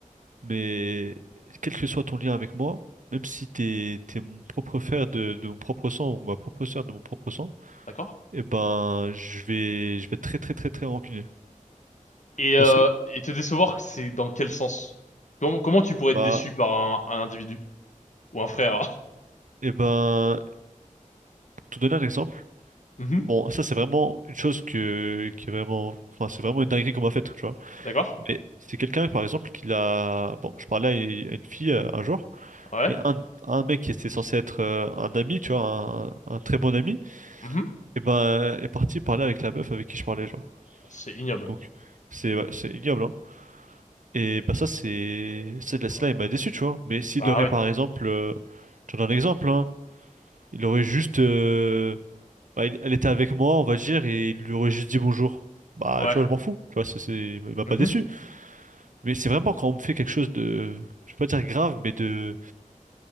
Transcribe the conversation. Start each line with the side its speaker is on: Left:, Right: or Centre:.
Right: mais quel que soit ton lien avec moi, même si t'es, t'es mon propre frère de, de mon propre sang ou ma propre sœur de mon propre sang,
Left: D'accord.
Right: Eh ben, je vais, je vais être très très très très rancunier.
Left: Et, euh,
Right: Parce que,
Left: et te décevoir, c'est dans quel sens? Comment, comment tu pourrais être
Right: bah,
Left: déçu par un, un individu? Ou un frère? <laughs>
Right: eh ben, pour te donner un exemple,
Left: Mhm.
Right: bon, ça c'est vraiment une chose que, qui est vraiment, enfin, c'est vraiment une dinguerie qu'on m'a faite, tu vois.
Left: D'accord.
Right: Mais c'est quelqu'un, par exemple, qui l'a, bon, je parlais à à une fille euh, un jour,
Left: Ouais.
Right: et un, un mec qui était censé être euh, un ami, tu vois, un, un très bon ami,
Left: Mhm.
Right: eh ben, est parti parler avec la meuf avec qui je parlais, genre.
Left: C'est ignoble.
Right: Donc, c'est, ouais, c'est ignoble, hein. Et bah ça c'est cette
Left: Bah,
Right: là il m'a déçu tu vois. Mais s'il
Left: bah
Right: aurait
Left: oui.
Right: par exemple euh, je te donne un exemple hein, il aurait juste euh, bah, il- elle était avec moi on va dire et il lui aurait juste dit bonjour. Bah
Left: Ouais.
Right: tu vois je m'en fous, tu vois c'est c'est- il m'a
Left: Mhm.
Right: pas déçu. Mais c'est vraiment quand on me fait quelque chose de je vais pas dire grave mais de